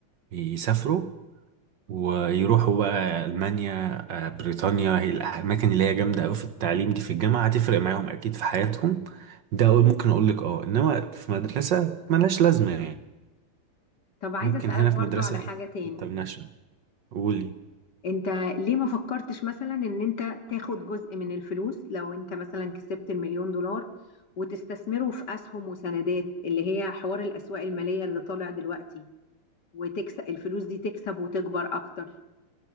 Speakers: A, on the right (about 60°); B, on the left (about 50°).
A: يسافروا ويروحوا بقى المانيا آه، بريطانيا هي الاماكن اللي هي جامده قوي في التعليم دي في الجامعه هتفرق معاهم اكيد في حياتهم ده أقول- ممكن اقول لك اه انما في مدرسه ملهاش لازمه يعني
B: طب عايزة
A: ممكن
B: اسألك
A: هنا
B: برضو
A: في مدرسه
B: على حاجة تاني
A: انترناشونال قولي
B: انت ليه ما فكرتش مثلا ان انت تاخد جزء من الفلوس لو انت مثلا كسبت المليون دولار وتستثمره في اسهم وسندات اللي هي حوار الاسواق المالية اللي طالع دلوقتي وتكسب الفلوس دي تكسب وتكبر اكتر